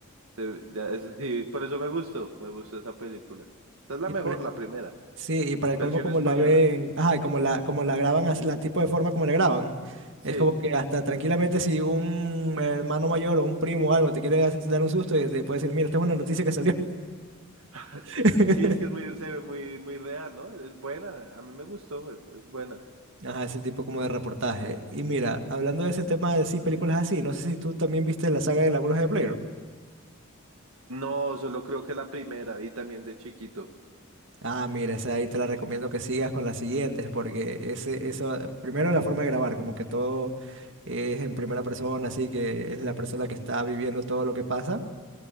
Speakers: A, on the right; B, on the right.
A: eh, ya, eso sí, por eso me gustó, me gustó esa película. Esa es la
B: y
A: mejor,
B: por-
A: la primera,
B: sí, y para
A: versión
B: el colmo como
A: española.
B: la ven, ajá, y como la, como la graban, as- la tipo de forma como la graban,
A: Sí,
B: es como que hasta tranquilamente si un hermano mayor o un primo o algo te quiere hacer- dar un susto y te puede decir, mira, esta es una noticia que salió.
A: <laughs>
B: <laughs>
A: sí, es que es muy, se ve muy, muy real, ¿no? Es buena, a mí me gustó, es es buena.
B: Ajá, ese tipo como de reportaje. Y mira, hablando de ese tema de sí, películas así, no sé si tú también viste la saga de La Bruja de Blair.
A: No, solo creo que la primera y también de chiquito.
B: Ah, mira, esa ahí te la recomiendo que sigas con las siguientes, porque ese, eso, primero la forma de grabar, como que todo es en primera persona, así que es la persona que está viviendo todo lo que pasa.